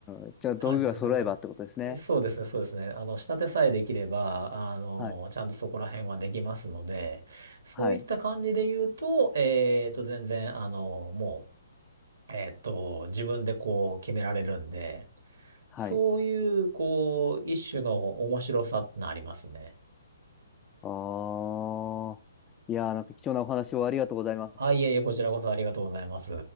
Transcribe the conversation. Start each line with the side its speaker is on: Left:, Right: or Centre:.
Left: ん。じゃあ、道具が揃えばってことですね。
Right: 感じのところ。そうですね、そうですね。あの、仕立てさえできれば、あの、
Left: はい。
Right: ちゃんとそこら辺はできますので、そういった感じで言うと、
Left: はい。
Right: えっと、全然、あの、もう、えっと、自分でこう決められるんで、
Left: はい。
Right: そういう、こう、一種の面白さってのありますね。
Left: ああ。いやー、なんか貴重なお話をありがとうございます。
Right: あ、いえいえ、こちらこそありがとうございます。